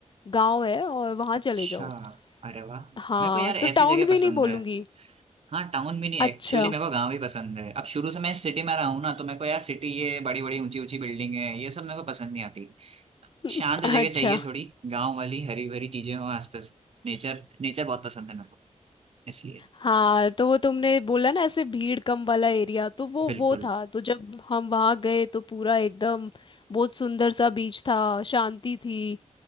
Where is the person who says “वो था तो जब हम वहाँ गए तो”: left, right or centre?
Left